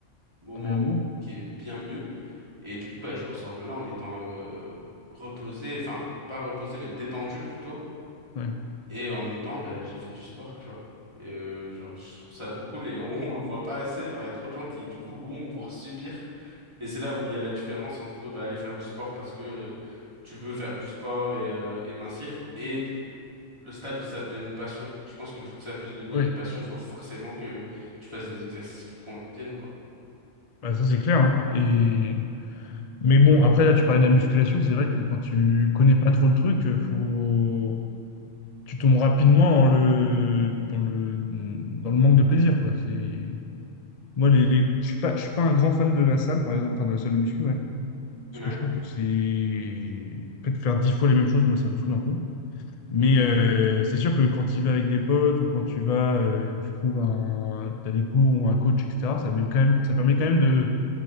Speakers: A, on the right (about 20°); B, on the left (about 45°).
A: moment
B: un meilleur mot.
A: qui est bien mieux. Et du coup, bah, je ressors de là en étant euh, reposé, enfin, pas reposé, mais détendu plutôt.
B: Ouais,
A: Et en même temps, bah, j'ai fait du sport, tu vois. Et euh, genre, je trouve ça trop cool et on, on le voit pas assez. Genre, il y a trop de gens qui, du coup, vont pour subir. Et c'est là où il y a la différence entre bah, aller faire du sport parce que tu veux faire du sport et, euh, et mincir et le stade où ça devient une passion. Je pense que pour que ça puisse devenir
B: ouais.
A: une passion, faut forcément que tu fasses des exercices qui te conviennent, quoi.
B: Bah, ça c'est clair. hein. Et... Mais bon, après là, tu parlais de la musculation, c'est vrai que quand tu connais pas trop le truc, euh, faut... tu tombes rapidement dans le... Dans le... dans le manque de plaisir, quoi. C'est... Moi, les, les- je suis pas, je suis pas un grand fan de la salle, par exemple, enfin de la salle de muscu, ouais. Parce
A: Ouais.
B: que je trouve que c'est... En fait, faire dix fois les mêmes choses, moi, ça me saoule un peu. Mais
A: Ok.
B: euh, c'est sûr que quand tu y vas avec des potes ou quand tu vas, euh, tu trouves un, t'as des cours ou un coach, etc., ça met quand même, ça permet quand même de,